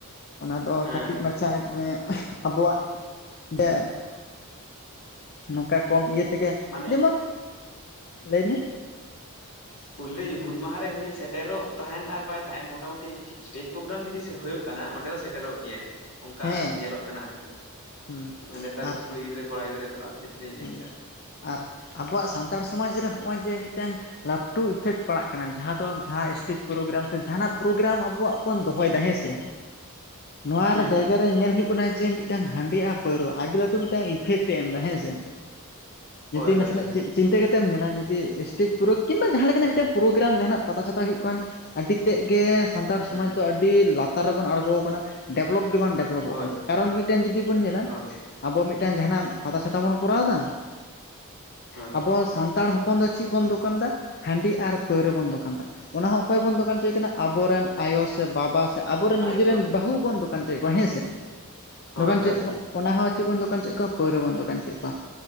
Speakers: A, on the left; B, on the left.
A: ᱚᱱᱟ ᱫᱚ
B: ᱦᱮᱸ
A: ᱠᱟᱹᱴᱤᱡ
B: ᱦᱮᱸ
A: ᱢᱟᱪᱷᱟᱼᱼ ᱮᱸ ᱟᱵᱚᱣᱟᱜ ᱰᱮᱼᱼ ᱱᱚᱝᱠᱟ ᱠᱚᱢ ᱤᱭᱟᱹ ᱛᱮᱜᱮ
B: ᱢᱟᱱᱮ
A: ᱡᱮᱢᱚᱱ ᱞᱟᱹᱭ ᱢᱮᱼᱼ
B: ᱠᱩ ᱞᱟᱹᱭ ᱦᱩᱞ ᱢᱟᱦᱟ ᱨᱮ ᱩᱱᱤ ᱥᱮᱴᱮᱨᱚᱜ ᱛᱟᱦᱮᱱ ᱟᱨ ᱵᱟᱭ ᱛᱟᱦᱮᱱ ᱢᱚᱴᱟᱢᱩᱴᱤᱼᱼ ᱮᱥᱴᱮᱡ ᱯᱨᱳᱜᱨᱟᱢ ᱡᱩᱫᱤ ᱥᱮ ᱦᱳᱭᱳᱜ ᱠᱟᱱᱟ ᱚᱸᱰᱮ ᱫᱚ ᱥᱮᱴᱮᱨᱚᱜ ᱜᱮᱭᱟᱭ᱾ ᱚᱱᱠᱟ
A: ᱦᱮᱸ
B: ᱧᱮᱞᱚᱜ ᱠᱟᱱᱟ ᱟᱨᱠᱤ
A: ᱦᱩᱸ
B: ᱱᱮᱛᱟᱨ
A: ᱟᱨ
B: ᱠᱩᱲᱤ ᱜᱤᱫᱽᱨᱟᱹ ᱠᱚᱲᱟ ᱜᱤᱫᱽᱨᱟᱹ ᱠᱚᱣᱟᱜ ᱠᱷᱮᱛᱨᱮ ᱤᱧ ᱞᱟᱹᱭ
A: ᱦᱩᱸ
B: ᱠᱮᱫᱼᱟ ᱟᱨᱼᱼ
A: ᱟᱨ ᱟᱵᱚᱣᱟᱜ ᱥᱟᱱᱛᱟᱲ ᱥᱚᱢᱟᱡᱽ ᱨᱮ ᱦᱚᱸᱜᱼᱚᱭ ᱡᱮ ᱢᱤᱫᱴᱟᱝᱼᱼ ᱞᱟᱯᱴᱩ ᱤᱯᱷᱮᱠᱴ ᱯᱟᱲᱟᱜ ᱠᱟᱱᱟ ᱡᱟᱦᱟᱸ ᱫᱚ ᱡᱟᱦᱟᱸ ᱮᱥᱴᱮᱡᱽ ᱯᱨᱳᱜᱨᱟᱢ ᱥᱮ ᱡᱟᱦᱟᱱᱟᱜ ᱯᱨᱳᱜᱨᱟᱢ ᱟᱵᱚᱣᱟᱜᱼᱼ ᱵᱚᱱ ᱫᱚᱦᱚᱭᱮᱫᱟ ᱦᱮᱸ ᱥᱮᱼᱼ ᱱᱚᱣᱟ
B: ᱦᱩᱸ
A: ᱨᱮ ᱡᱟᱭᱜᱟ ᱨᱮ ᱧᱮᱞ ᱦᱳᱭᱳᱜ ᱠᱟᱱᱟ ᱡᱮ ᱢᱤᱫᱴᱟᱝ ᱦᱟᱺᱰᱤ ᱟᱨ ᱯᱟᱹᱨᱣᱟᱹ ᱟᱹᱰᱤ ᱞᱟᱹᱴᱩ ᱢᱤᱫᱴᱟᱝ ᱤᱯᱷᱮᱠᱴ ᱮ ᱮᱢ ᱮᱫᱟ ᱦᱮᱸᱥᱮ
B: ᱦᱳᱭ
A: ᱡᱩᱫᱤ
B: ᱦᱳᱭ
A: ᱱᱟᱥᱮᱱᱟᱜ
B: ᱦᱳᱭ
A: ᱪᱤᱫᱼᱼ ᱪᱤᱱᱛᱟᱹ ᱠᱟᱛᱮᱢ ᱧᱮᱞᱟ ᱡᱩᱫᱤ ᱮᱥᱴᱮᱡᱽ ᱯᱨᱳ ᱠᱤᱝᱵᱟ ᱡᱟᱦᱟᱸ ᱞᱮᱠᱟᱱᱟᱜ ᱢᱤᱫᱴᱟᱝ ᱯᱨᱳᱜᱨᱟᱢ ᱡᱟᱦᱟᱱᱟᱜ ᱯᱟᱛᱟ ᱪᱷᱟᱛᱟ ᱦᱩᱭᱩᱜ ᱠᱟᱱᱼᱼ ᱟᱹᱰᱤ ᱛᱮᱫ ᱜᱮ ᱥᱟᱱᱛᱟᱲ
B: ᱦᱩᱸ
A: ᱥᱚᱢᱟᱡᱽ ᱫᱚ ᱟᱹᱰᱤ ᱞᱟᱛᱟᱨ ᱨᱮᱵᱚᱱ ᱟᱬᱜᱳ ᱠᱟᱱᱟ ᱰᱮᱵᱷᱞᱚᱯ ᱜᱮᱵᱟᱝ ᱰᱮᱵᱷᱼᱼ ᱞᱚᱵᱚᱜ
B: ᱦᱳᱭ
A: ᱠᱟᱱᱟ
B: ᱦᱳᱭ
A: ᱠᱟᱨᱚᱱ ᱢᱤᱫᱴᱮᱱ ᱡᱩᱫᱤ ᱵᱚᱱ ᱧᱮᱞᱟ
B: ᱦᱳᱭ
A: ᱟᱵᱚ ᱢᱤᱫᱴᱟᱝ ᱡᱟᱦᱱᱟᱜ ᱯᱟᱛᱟ ᱪᱷᱟᱛᱟ ᱵᱚᱱᱼᱼ ᱠᱚᱨᱟᱣ ᱫᱟᱼᱼ
B: ᱦᱳᱭ
A: ᱟᱵᱚ ᱥᱟᱱᱛᱟᱲ ᱦᱚᱯᱚᱱ ᱫᱚ ᱪᱮᱫ ᱵᱚᱱ ᱫᱚᱠᱟᱱ ᱫᱟ ᱦᱟᱺᱰᱤ ᱟᱨ ᱯᱟᱹᱣᱨᱟᱹ ᱵᱚᱱ ᱫᱚᱠᱟᱱᱫᱟ ᱚᱱᱟ ᱦᱚᱸ ᱚᱠᱚᱭ ᱵᱚᱱ ᱫᱚᱠᱟᱱ ᱦᱚᱪᱚᱭᱮ ᱠᱟᱱᱟ ᱟᱵᱚᱨᱮᱱ ᱟᱭᱳ ᱥᱮ ᱵᱟᱵᱟ ᱥᱮ ᱟᱵᱚᱨᱮᱱ
B: ᱟᱭᱳ
A: ᱱᱤᱡᱮᱨᱮᱱ
B: ᱦᱚᱲ
A: ᱵᱟᱹᱦᱩ ᱦᱚᱵᱚᱱ ᱫᱚᱠᱟᱱ ᱚᱪᱚᱭᱮᱫ ᱠᱚᱣᱟ ᱦᱮᱸᱥᱮ
B: ᱦᱳᱭ
A: ᱫᱚᱠᱟᱱ ᱚᱪᱚᱭᱮᱜ
B: ᱦᱳᱭ
A: ᱠᱚᱣᱟ
B: ᱦᱳᱭ
A: ᱵᱚ ᱚᱱᱟ ᱦᱚᱸ ᱪᱮᱫ ᱵᱚᱱ ᱫᱚᱠᱟᱱ ᱪᱚᱭᱮᱫ ᱠᱚᱣᱟ ᱯᱟᱹᱣᱨᱟᱹ ᱵᱚᱱ ᱫᱚᱠᱟᱱ ᱚᱪᱚᱭᱮᱫ ᱠᱚᱣᱟ